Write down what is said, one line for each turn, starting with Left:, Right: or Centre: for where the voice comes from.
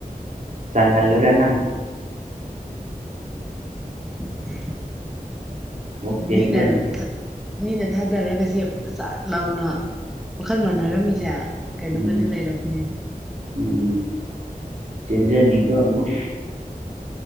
Right: ꯆꯥꯟꯍꯥꯜꯂꯨꯔ ꯅꯪ
Centre: <inaudible>
Right: ꯑꯃꯨꯛ ꯄꯦꯟꯖꯅꯤ
Centre: ꯃꯤꯅ ꯃꯤꯅ ꯊꯥꯗꯔꯒꯁ ꯁꯥꯠ ꯂꯥꯎꯅ ꯋꯥꯈꯜ ꯃꯥꯟꯅꯔꯝꯃꯤꯁꯦ ꯀꯩꯅꯣꯝꯃꯗꯤ
Right: ꯎꯝ
Centre: ꯂꯩꯔꯕꯅꯦ
Right: ꯎꯝ ꯆꯦꯟꯖꯅꯤ ꯀꯣ ꯑꯃꯨꯛ